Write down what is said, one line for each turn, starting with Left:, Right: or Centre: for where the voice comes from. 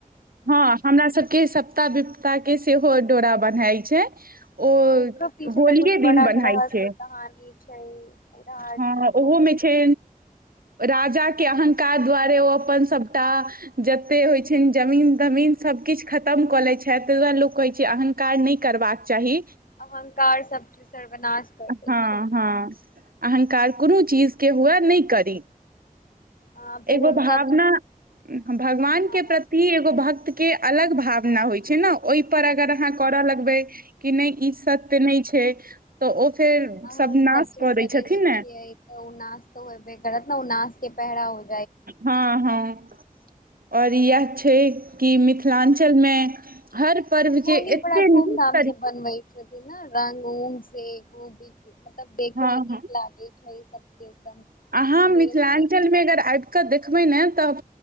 Right: हँ हमरा सबके सभ। सप्ता -विपता के सेहो डोरा बन्हाइ छै। ओ
Left: ओकरो पीछे
Right: होलिये
Left: तऽ कुछ बड़ा
Right: दिन बन्हाइ
Left: के रहस्य
Right: छै
Left: कहानी। छै। बुढ़ारी
Right: हँ
Left: दुःख
Right: ओहो में छै राजा। के अहंकार द्वारे ओ अपन सभटा जते होइ छनि जमीन- तमीन सभ किछु खतम कऽ लैत छथि ताहि दुआरे लोक कहै छै अहंकार नहि करबाक चाही।
Left: अहंकार सभचीज सर्वनाश कर दै
Right: हँ
Left: छै।
Right: हँ अहंकार कोनो चीज के हुए नइ करी।
Left: आ फिर
Right: एगो
Left: हुनका
Right: भावना। ह। भगवान
Left: हँ
Right: के प्रति
Left: हँ
Right: एगो भक्त। के अलग भावना होइ छै ने, ओहि पर अगर
Left: हँ
Right: अहाँ करऽ लगबै कि नहि ई सत्य नहि छै तऽ। फेर
Left: अहां
Right: सब
Left: ई
Right: नाश
Left: सबसे
Right: कऽ
Left: श्रेठ
Right: दै छथिन ने
Left: छिय त न तऽ होबे करत उ नाश। पात।
Right: हँ हँ। आओर इएह छै कि मिथिलाञ्चलमें हर। पर्वके
Left: होली
Right: एते
Left: बड़ा धूमधाम
Right: नीक तरीका
Left: से बनबै छथि ने रंग। <unintelligible> मतलब देखमें
Right: हँ
Left: नीक
Right: हँ
Left: लागे। छै सबके। एकदम सबेरे
Right: अहाँ मिथिलाञ्चलमें
Left: सबेरे से
Right: अगर आबि कऽ देखबै ने। त